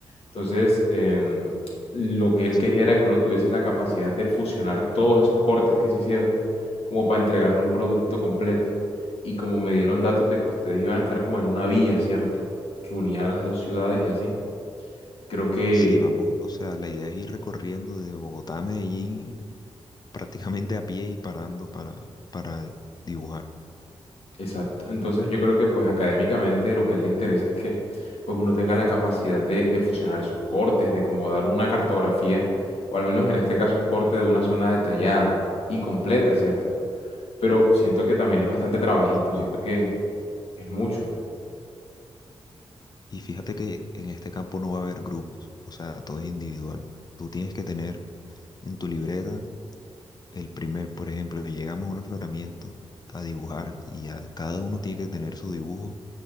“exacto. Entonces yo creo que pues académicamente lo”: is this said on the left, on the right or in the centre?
Left